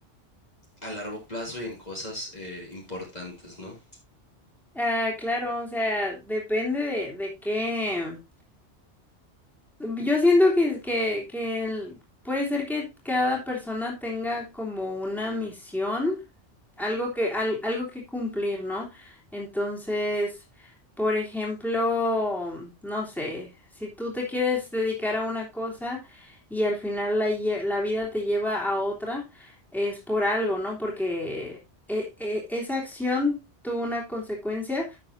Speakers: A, on the left (about 35°); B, in the centre.
A: a largo plazo y en cosas eh, importantes, ¿no?
B: Ah, claro, o sea, depende de, de qué. Yo siento que, que, que el- puede ser que cada persona tenga como una misión, algo que, al- algo que cumplir, ¿no? Entonces, por ejemplo, no sé, si tú te quieres dedicar a una cosa y al final la, lle- la vida te lleva a otra, es por algo, ¿no? Porque e- e- esa acción tuvo una consecuencia